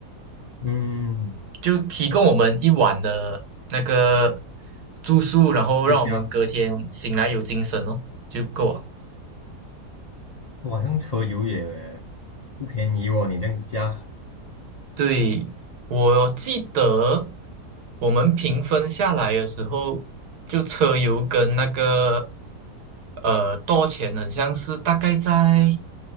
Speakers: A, on the left (about 40°); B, on the right (about 75°).
A: 嗯，
B: 就提供我们一晚的那个住宿，然后让我们隔天醒来有精神哦，
A: 对呀，
B: 就够了。
A: 晚上车油也不便宜哦，你这样子加，
B: 对，我记得我们平分下来的时候，就车油跟那个呃多钱呢，很像是大概在